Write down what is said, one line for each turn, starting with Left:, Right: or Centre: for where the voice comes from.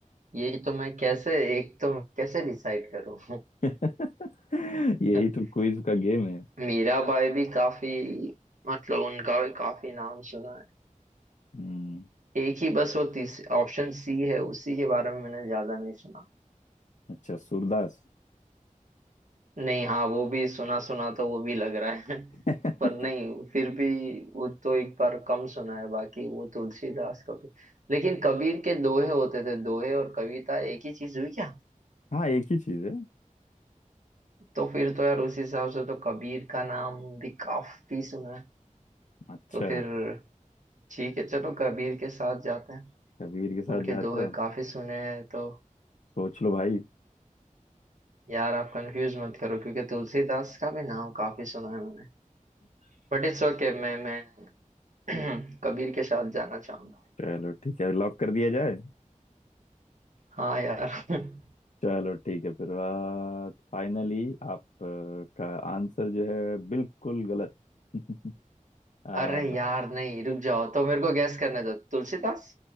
Right: यही तो मैं कैसे एक तो कैसे डिसाइड करूँ
Left: <laughs> यही
Right: <laughs>
Left: तो क्विज का गेम है
Right: मीराबाई भी काफी मतलब उनका भी काफी नाम सुना है
Left: हम्म
Right: एक ही बस वो तीस ऑप्शन सी है उसी के बारे में मैंने ज्यादा नहीं सुना
Left: अच्छा सूरदास
Right: नहीं हाँ वो भी सुना सुना तो वो भी लग रहा है <laughs>
Left: <laughs>
Right: पर नहीं फिर भी वो तो एक बार कम सुना है बाकी वो तुलसीदास का भी लेकिन कबीर के दोहे होते थे दोहे और कविता एक ही चीज हुई क्या
Left: हाँ एक ही चीज है
Right: तो फिर तो यार उस हिसाब से तो कबीर का नाम भी काफी सुना है
Left: अच्छा
Right: तो फिर ठीक है चलो कबीर के साथ जाते हैं
Left: कबीर के साथ
Right: उनके
Left: जाते
Right: दोहे
Left: हो
Right: काफी सुने हैं तो
Left: सोच लो भाई
Right: यार आप कंफ्यूज मत करो क्योंकि तुलसीदास का भी नाम काफी सुना है मैंने But it's okay मैं मैं <clears throat> कबीर के साथ जाना चाहूंगा
Left: चलो ठीक है लॉक कर दिया जाए
Right: हाँ यार <laughs>
Left: चलो ठीक है फिर फाइनली आप अ, का आंसर जो है बिल्कुल गलत <laughs> आ,
Right: अरे यार नहीं रुक जाओ तो मेरे को गैस करने दो तुलसीदास